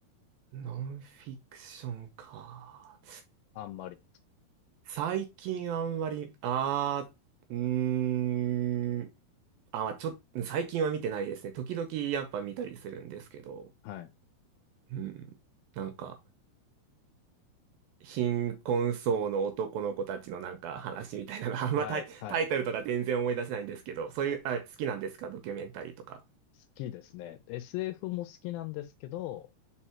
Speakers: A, on the right (about 75°); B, on the left (about 80°).
A: ノンフィクションか。
B: あんまり。
A: 最近あんまり、あー、うーん、あ、ちょっと、最近は見てないですね。時々やっぱ見たりするんですけど、
B: はい。
A: うん、なんか、貧困層の男の子たちのなんか話みたいなの、<laughs> あんまタイ、
B: はい。はい。
A: タイトルとか全然思い出せないんですけど、
B: 好
A: そういう、あ、好きなんですかドキュメンタリーとか。
B: きですね。SF も好きなんですけど、